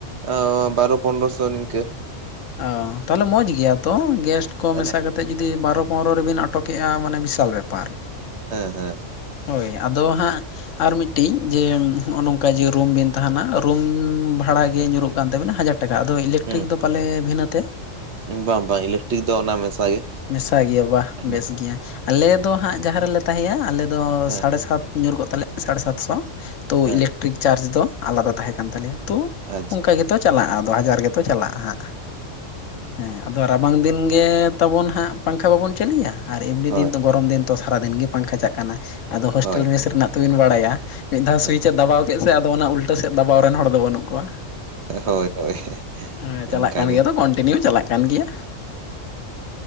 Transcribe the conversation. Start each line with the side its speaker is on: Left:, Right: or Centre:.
Right: ᱚᱻ ᱵᱟᱨᱚ ᱯᱚᱱᱮᱨᱚ ᱥᱚ ᱱᱤᱝᱠᱮ᱾
Left: ᱚᱻ ᱛᱟᱦᱚᱞᱮ ᱢᱚᱸᱡᱽ ᱜᱮᱭᱟ ᱛᱚ ᱜᱮᱥ ᱠᱚ
Right: ᱦᱮᱸ
Left: ᱢᱮᱥᱟ ᱠᱟᱛᱮᱫ ᱡᱩᱫᱤ ᱵᱟᱨᱚ ᱯᱚᱱᱚᱨ ᱨᱮᱵᱤᱱ ᱟ ᱴᱚᱠᱮᱜᱼᱟ ᱢᱟᱱᱮ ᱵᱤᱥᱟᱞ ᱵᱮᱯᱟᱨ᱾
Right: ᱦᱮᱸ ᱦᱮᱸ᱾
Left: ᱦᱳᱭ ᱟᱫᱚ ᱦᱟᱸᱜ ᱟᱨ ᱢᱤᱫᱴᱤᱡ ᱡᱮ ᱦᱚᱸᱜ-ᱱᱚᱝᱠᱟ ᱡᱮ ᱨᱩᱢ ᱵᱤᱱ ᱛᱟᱦᱮᱸᱱᱟ, ᱨᱩᱢ ᱵᱷᱟᱲᱟ ᱜᱮ ᱧᱩᱨᱩᱜ ᱠᱟᱱ ᱛᱟᱹᱵᱤᱱᱟ ᱦᱟᱡᱟᱨ ᱴᱟᱠᱟ, ᱟᱫᱚ ᱤᱞᱮᱠᱴᱨᱤᱠ
Right: ᱦᱮᱸ
Left: ᱫᱚ ᱯᱟᱞᱮ ᱵᱷᱤᱱᱟᱹ ᱛᱮ?
Right: ᱵᱟᱝ ᱵᱟᱝ ᱤᱞᱮᱠᱴᱨᱤᱠ ᱫᱚ ᱚᱱᱟ ᱢᱮᱥᱟ ᱜᱮ᱾
Left: ᱢᱮᱥᱟ ᱜᱮᱭᱟ ᱵᱟᱦ,
Right: ᱦᱮᱸ
Left: ᱵᱮᱥ ᱜᱮᱭᱟ, ᱟᱞᱮ ᱫᱚ ᱦᱟᱸᱜ ᱡᱟᱦᱟᱸ ᱨᱮᱞᱮ ᱛᱟᱦᱮᱸᱭᱟ ᱟᱞᱮ ᱫᱚ
Right: ᱦᱮᱸ
Left: ᱥᱟᱲᱮ ᱥᱟᱛ ᱧᱩᱨ ᱠᱚᱜ ᱛᱟᱞᱮᱭᱟ, ᱥᱟᱲᱮ ᱥᱟᱛ ᱥᱚ, ᱛᱳ ᱤᱞᱮᱠ
Right: ᱦᱮᱸ
Left: ᱴᱨᱤᱠ ᱪᱟᱨᱪ ᱫᱚ ᱟᱞᱟᱫᱟ ᱛᱟᱦᱮᱸ ᱠᱟᱱ ᱛᱟᱞᱮᱭᱟ, ᱛᱳ
Right: ᱟᱪᱪᱷᱟ
Left: ᱚᱝᱠᱟ ᱜᱮᱛᱚ ᱪᱟᱞᱟᱜ-ᱟ ᱟᱫᱚ ᱦᱟᱡᱟᱨ ᱜᱮ᱾ ᱛᱚ ᱪᱟᱞᱟᱜᱼᱟ ᱦᱟᱸᱜ᱾ ᱦᱮᱸ ᱟᱫᱚ ᱨᱟᱵᱟᱝ ᱫᱤᱱ ᱜᱮ ᱛᱟᱵᱚᱱ ᱦᱟᱸᱜ ᱯᱟᱝᱠᱷᱟ ᱵᱟᱵᱚᱱ ᱪᱟᱞᱩᱭᱟ ᱟᱨ ᱮᱢᱱᱤ
Right: ᱦᱳᱭ
Left: ᱫᱤᱱ ᱫᱚ ᱜᱚᱨᱚᱢ ᱫᱤᱱ ᱛᱚ ᱥᱟᱨᱟᱫᱤᱱ ᱜᱮ ᱯᱟᱝᱠᱷᱟ ᱪᱟᱜ ᱠᱟᱱᱟ᱾ ᱟᱫᱚ ᱦᱳᱥᱴᱮᱞ
Right: ᱦᱳᱭ
Left: ᱢᱮᱥ ᱨᱮᱱᱟᱜ ᱛᱚᱵᱤᱱ ᱵᱟᱲᱟᱭᱟ ᱢᱤᱫ ᱫᱷᱟᱣ
Right: ᱦᱮᱸ
Left: ᱥᱩᱭᱤᱪᱮ ᱫᱟᱵᱟᱣ ᱠᱮᱜ ᱥᱮ, ᱟᱫᱚ ᱚᱱᱟ ᱩᱞᱴᱟᱹ ᱥᱮᱫ ᱫᱟᱵᱟᱣ ᱨᱮᱱ ᱦᱚᱲ ᱫᱚ ᱵᱟᱹᱱᱩᱜ ᱠᱚᱣᱟ᱾
Right: ᱦᱳᱭ ᱦᱳᱭ
Left: ᱦᱮᱸ, ᱪᱟᱞᱟᱜ
Right: ᱚᱱᱠᱟᱜᱮ
Left: ᱠᱟᱱ ᱜᱮᱭᱟ ᱛᱚ ᱠᱚᱱᱴᱤᱱᱤᱭᱩ ᱪᱟᱞᱟᱜ ᱠᱟᱱ ᱜᱮᱭᱟ᱾